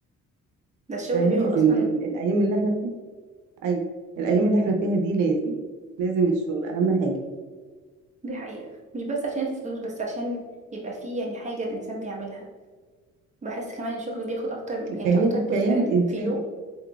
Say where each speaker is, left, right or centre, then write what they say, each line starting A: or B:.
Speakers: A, on the right; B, on the right.
A: ده الشغل
B: ده لازم
A: بياخد أصلا
B: ال- الأيام اللي احنا ايوه الايام
A: مم،
B: اللي احنا فيها دي لازم لازم الشغل اهم حاجه
A: دي حقيقة مش بس عشان الفلوس بس عشان يبقى فيه يعني حاجة الإنسان بيعملها بحس كمان الشغل بياخد اكتر يعني
B: كيان
A: اكتر جزء
B: كيان الانسان
A: هت- في يوم